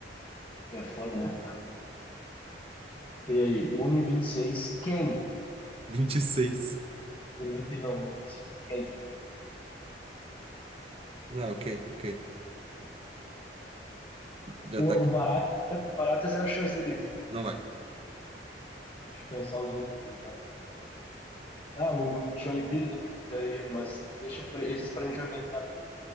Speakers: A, on the left (about 30°); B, on the right (about 35°).
A: É foda, né? E aí, Uni 26, quem?
B: vinte e seis
A: Uni 26 não, Uni 25, quem?
B: Não, ok, ok. Já
A: O,
B: tá
A: o
B: aqui.
A: Barata, o Barata é zero chance dele.
B: Não vai.
A: Deixa eu pensar os outros gurizada. Ah, o Joinville, da- daí, mas deixa pra- esses pra gente organizar. tudo.